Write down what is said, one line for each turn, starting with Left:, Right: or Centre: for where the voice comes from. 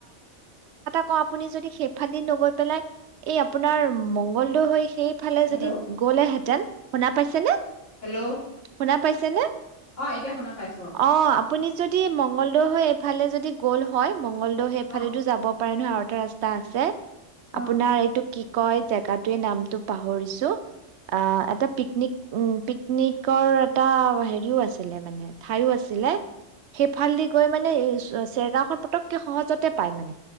Right: ক আপুনি যদি সেইফালিন নগৈ পেলাই এই আপোনাৰ মংগলদৰ হৈ সেই ফালে
Left: হেল্ল'
Right: যদি গ'লেহেঁতেন শুনা পাইছে নে
Left: হেল্ল'
Right: শুনা পাইছে ছেনে
Left: অ এতিয়া শুনা পাইছো
Right: অ আপুনি যদি মঙ্গলদৈ হৈ এইফালে যদি গ'ল হয় মংগলদৈৰ সেইফালেতো
Left: অ
Right: যাব পাৰে ন আৰু এটা ৰাস্তা আছে
Left: অ অ
Right: আপোনাৰ এইটো কি কয় জেগাতোয়ে নামটো পাহৰিছো অ এটা পিকনিক উ পিকনিকৰ এটা হেৰিও আছিলে মানে ঠাইও আছিলে সেইফালদি গৈ মানে চেৰগাওঁখন পতক কে সহজতে পাই মানে